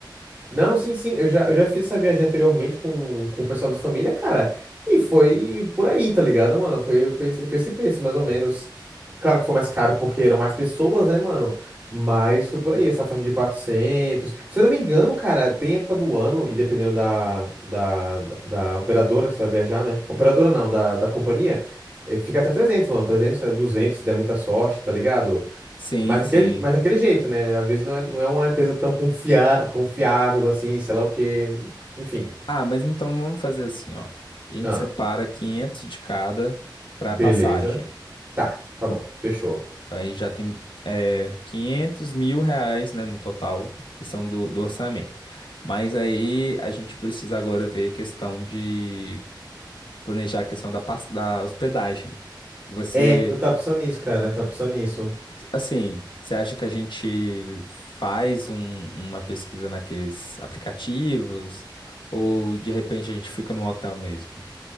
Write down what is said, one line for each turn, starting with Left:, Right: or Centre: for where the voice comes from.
Right: Não, sim, sim. Eu já, eu já fiz essa viagem anteriormente com, com o pessoal da família, cara. E foi por aí, tá ligado, mano? Foi, foi, esse- foi esse preço, mais ou menos. Claro que foi mais caro porque eram mais pessoas, né, mano? Mas foi por aí, essa faixa de 400. Se eu não me engano, cara, tem época do ano, e dependendo da, da, da, da operadora que você vai viajar, né? Operadora não, da, da companhia, eh, fica até 300, mano. 300, né, 200, se der muita sorte, tá ligado?
Left: Sim,
Right: Mas daquele,
Left: sim.
Right: mas daquele jeito, né? Às vezes não é, não é uma empresa tão confia, confiável assim, sei lá o quê. Enfim.
Left: Ah, mas então vamos fazer assim, ó. A gente
Right: Ah,
Left: separa 500 de cada para
Right: beleza.
Left: passagem.
Right: Tá, tá bom. Fechou.
Left: Então aí já tem é, 500 mil reais, né, no total, questão do, do orçamento. Mas aí a gente precisa agora ver a questão de planejar a questão da, pas- da hospedagem. Você,
Right: É, eu tava pensando nisso, cara. Tá pensando nisso.
Left: assim, você acha que a gente faz um- uma pesquisa naqueles aplicativos ou de repente a gente fica num hotel mesmo?